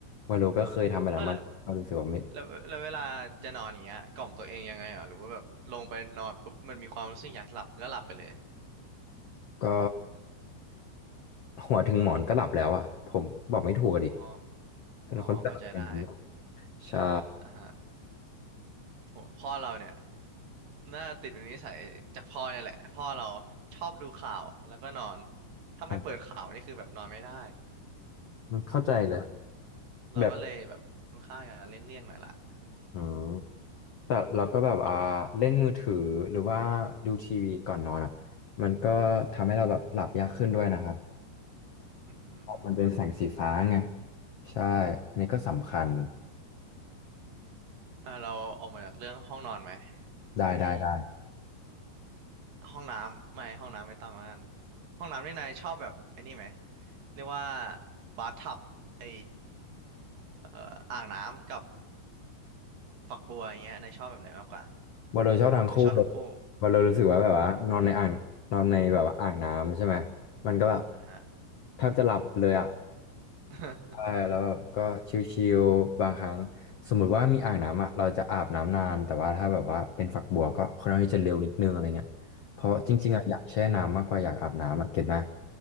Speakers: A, on the left; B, on the right.
A: วาโลก็เคยทำแบบนั้นมันก็รู้สึกว่าไม่
B: เออแล้ว แล้วแล้วเวลาจะนอนอย่างเงี้ยกล่อมตัวเองยังไงอ่ะหรือว่าแบบลงไปนอนปุ๊บมันมีความรู้สึกอยากหลับก็หลับไปเลย
A: ก็ หัวถึงหมอนก็หลับแล้วอ่ะผมบอกไม่ถูกอะดิ
B: อ๋อ
A: เป็นคนที่หลับอย่างนั้นหรอ
B: อ๋อเข้าใจได้
A: ใช่
B: อ่าฮะโหพ่อเราเนี่ยน่าติดเป็นนิสัยจากพ่อเนี่ยแหละพ่อเราชอบดูข่าวแล้วก็นอนถ้าไม่เปิดข่าวนี่คือแบบนอนไม่ได้
A: อ่ะเข้าใจเลย
B: เราก็เลยแบบค่อนข้างจะเลี่ยงๆหน่อยละ
A: แบบอืมแต่เราก็แบบอ่าเล่นมือถือหรือว่าดูทีวีก่อนนอนอ่ะมันก็ทำให้เราแบบหลับยากขึ้นด้วยนะครับ
B: อื
A: เพราะมันเป็นแสงสีฟ้าไง
B: ม
A: ใช่อันนี้ก็สำคัญ
B: อ่าเราออกมาจากเรื่องห้องนอนไหม
A: ได้ได้ได้
B: มี ห้องน้ำไม่ห้องน้ำไม่ต้องแล้วกันห้องน้ำนี่นายชอบแบบไอ้นี่ไหมเรียกว่าบาร์ทับไอเอ่ออ่างน้ำกับฝักบัวอย่างเงี้ยนายชอบแบบไหนมากกว่า
A: ว่าโดยชอบทังคู่เลย
B: หรือชอบทั้งคู่
A: ว่าเรารู้สึกว่าแบบว่านอนในอ่างนอนในแบบว่าอ่างน้ำใช่ไหม
B: อ่า
A: มันก็แบบ
B: อ่ะฮะ
A: แทบจะหลับเลยอ่ะ
B: <laughs>
A: ใช่แล้วแบบก็ชิลๆบางครั้งสมมุติว่ามีอ่างน้ำอ่ะเราจะอาบน้ำนานแต่ว่าถ้าแบบว่าเป็นฝักบัวก็ค่อนข้างที่จะเร็วนิดนึงอะไรเงี้ยเพราะจริงๆอ่ะอยากแช่น้ำมากกว่าอยากอาบน้ำอ่ะเก็ตไหม
B: อือหือ